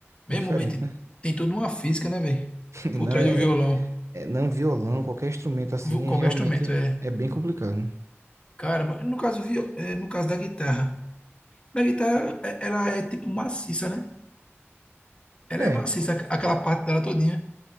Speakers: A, on the left; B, on the right.
A: Mesmo,
B: É diferente,
A: velho, tem,
B: né?
A: tem toda uma física, né, velho?
B: <laughs> Não
A: Por trás
B: é,
A: do violão.
B: é- é- não violão, qualquer instrumento assim,
A: Vo- Qualquer
B: é, realmente
A: instrumento, é.
B: é bem complicado.
A: Caramba, no caso, vi- é, no caso da guitarra. Na guitarra, é- ela é tipo maciça, né? Ela é
B: É,
A: maciça, aqu- aquela
B: é,
A: parte dela todinha.